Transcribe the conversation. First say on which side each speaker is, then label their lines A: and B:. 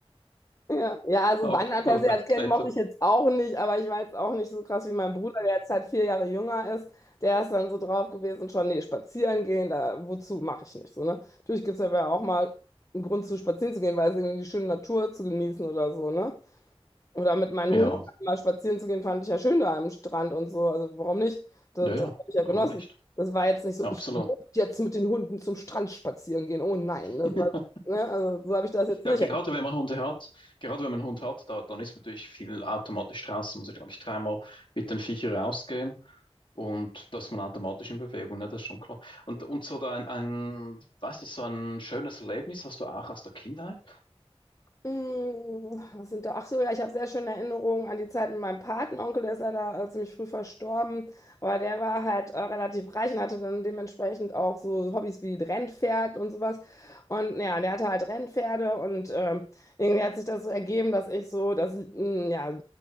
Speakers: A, on the left; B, on the left.
A: Ja, ja, also
B: aber
A: Wandern per
B: aber vielleicht
A: se als Kind
B: klettern.
A: mochte ich jetzt auch nicht, aber ich war jetzt auch nicht so krass wie mein Bruder, der jetzt halt vier Jahre jünger ist. Der ist dann so drauf gewesen, schon, nee, spazieren gehen, da, wozu mache ich nicht so, ne? Natürlich gibt es aber auch mal einen Grund zu spazieren zu gehen, weil es irgendwie die schöne Natur zu genießen oder so, ne? Oder mit meinen
B: Ja,
A: Hunden mal spazieren zu gehen, fand ich ja schön da am Strand und so, also warum nicht? Das,
B: ja, ja,
A: das habe ich ja genossen.
B: warum nicht?
A: Das war jetzt nicht so,
B: Ja,
A: ich
B: absolut.
A: muss jetzt mit den Hunden zum Strand spazieren gehen, oh nein,
B: <laughs>
A: das war, ne? Also so habe ich das jetzt
B: Ja,
A: nicht.
B: gerade wenn man Hunde hat, gerade wenn man einen Hund hat, da, dann ist natürlich viel automatisch draußen, muss ich glaube ich, dreimal mit den Viechern rausgehen und da ist man automatisch in Bewegung, ne? Das ist schon klar. Und, und so da ein, ein, weiß nicht, so ein schönes Erlebnis hast du auch aus der Kindheit?
A: Mm, Was sind da? Ach so, ja, ich habe sehr schöne Erinnerungen an die Zeit mit meinem Patenonkel, der ist leider äh, ziemlich früh verstorben, aber der war halt äh, relativ reich und hatte dann dementsprechend auch so Hobbys wie Rennpferd und sowas. Und ja, der hatte halt Rennpferde und ähm, irgendwie hat sich das so ergeben, dass ich so das, mm, ja,